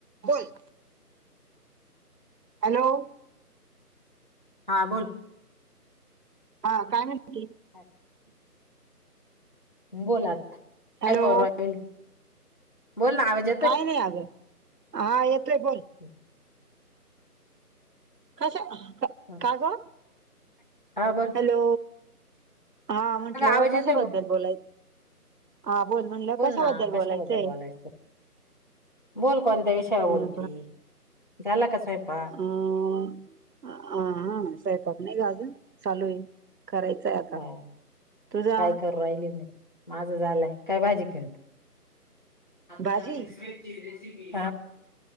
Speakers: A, on the right (about 80°); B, on the left (about 30°).
A: बोल. हॅलो.
B: हां बोल.
A: हा काय म्हती
B: <unintelligible> बोलात
A: हॅलो
B: काय करूल बोल ना आवज
A: काही नाही आगं हा येते बोल.
B: ह.
A: कश
B: हा.
A: काग
B: हा बर.
A: हॅलो हा म्हटलं
B: आवाज
A: कशबद्दल
B: येतोय बघ
A: बोलाय. हा बोल म्हणलं कशाबद्दल
B: ना कशाबद्दल
A: बोलायचंय.
B: बोलायचं बोल कोणत्या विषयावर
A: हो
B: बोलती
A: ना
B: झाला का स्वयंपा
A: अ हा स्वयंपाक नाही ग अजून चालू आहे. करायचंय आता
B: हा.
A: तुझा
B: काय करू राहिली म माझं झालंय काय भाजी खेळते. आता
A: भाजी
B: आम् स्टची रेसिपी